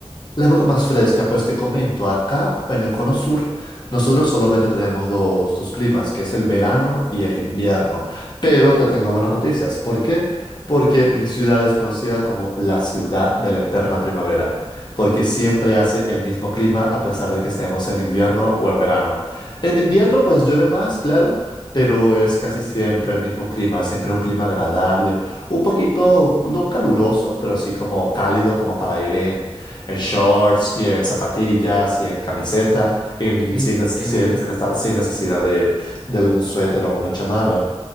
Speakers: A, on the left; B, in the centre.
A: La época más fresca, pues te comento, acá en el cono sur, nosotros solamente tenemos dos, dos climas, que es el verano y el invierno. Pero te tengo buenas noticias. ¿Por qué? Porque mi ciudad es conocida como la ciudad de la eterna primavera, porque siempre hace el mismo clima a pesar de que estemos en invierno o en verano. En invierno, pues llueve más, claro, pero es casi siempre el mismo clima, siempre un clima agradable, un poquito, no caluroso, pero sí como cálido, como para ir en en shorts y en zapatillas y en camiseta, en-
B: Ok,
A: sin, nes-
B: ok,
A: sin-
B: muy bien.
A: sin estar sin necesidad de, de algún suéter o una chamarra.